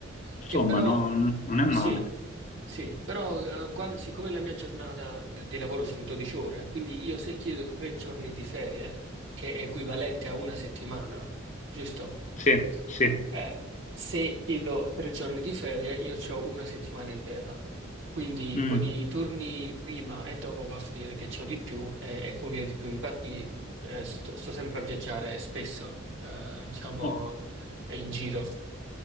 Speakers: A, on the left; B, on the right.
A: insomma,
B: Che però,
A: non, non è male.
B: sì, sì, però eh, qua- siccome la mia giornata di, di lavoro sono 12 ore, quindi io se chiedo tre giorni di ferie, che è equivalente a una settimana, giusto?
A: Sì, sì.
B: Eh, se chiedo tre giorni di ferie, io ho una settimana intera. Quindi
A: Mm.
B: con i turni prima e dopo va a finire che c'ho di più e, e conviene di più. Infatti eh, sto, sto sempre a viaggiare spesso, eh, diciamo,
A: Oh.
B: eh, in giro.